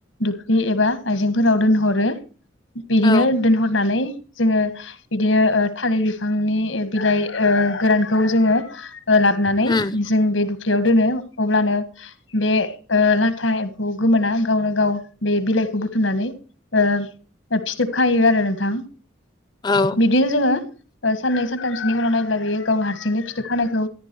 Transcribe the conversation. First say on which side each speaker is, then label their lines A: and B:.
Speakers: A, on the left; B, on the left.
A: दुख्रि एबा आइजेंफोराव दोनहरो बिदिनो
B: औ
A: दोनहरनानै जोङो बिदिनो ओ थालिर बिफांनि बिलाइ ओ गोरानखौ जोङो ओ लाबनानै
B: उम
A: जों बे दुख्लियाव दोनो अब्लानो बे ओ लाथा एम्फौ गोमोना गावनो गाव बे बिलाइखौ बुथुमनानै ओ फिथोबखायो आरो नोंथां।
B: औ
A: बिदिनो जोङो ओ साननै सानथामसोनि उनाव नाब्ला बियो गाव हारसिंनो फिथोब खानायखौ